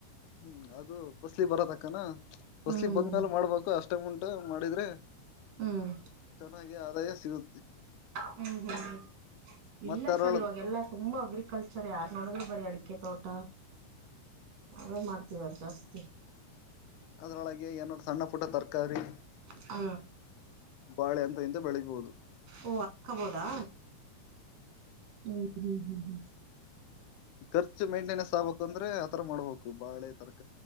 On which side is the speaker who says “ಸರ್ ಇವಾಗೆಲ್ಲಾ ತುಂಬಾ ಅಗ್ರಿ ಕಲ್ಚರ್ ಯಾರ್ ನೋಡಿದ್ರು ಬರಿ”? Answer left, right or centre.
Right